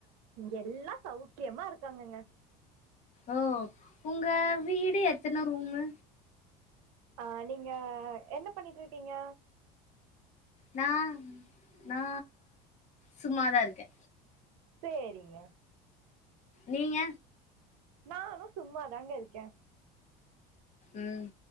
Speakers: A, on the right; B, on the left.
A: இங்க எல்லா சௌக்கியமா இருக்காங்கங்க
B: ஓ உங்க வீடு எத்தன ரூமு
A: ஆஹ் நீங்க என்ன பண்ணிட்ருக்கீங்க
B: நான் நா சும்மாதா இருக்கே
A: சேரிங்க
B: நீங்க
A: நானு சும்மாதாங்க இருக்க
B: உம்